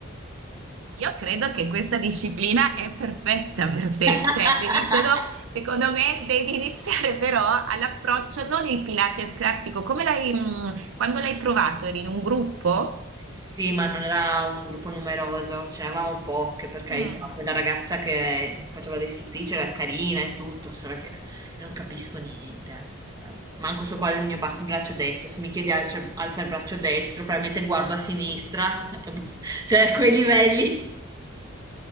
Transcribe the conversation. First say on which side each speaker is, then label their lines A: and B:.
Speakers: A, on the right; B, on the right.
A: Io credo che questa disciplina è perfetta per te,
B: <laughs>
A: cioè devi solo, secondo me, devi iniziare però all'approccio, non il Pilates classico, come l'hai, mh, quando l'hai provato, eri in un gruppo?
B: Sì, ma non era un gruppo numeroso, ce n'eravamo poche, per carità.
A: Mm,
B: Quella ragazza che faceva dei stuttici era carina e tutto, solo che io non capisco niente. Cioè, manco so qual è il mio ba- braccio destro. Se mi chiedi alza, alza il braccio destro, probabilmente guardo a sinistra, <laughs> cioè a quei livelli.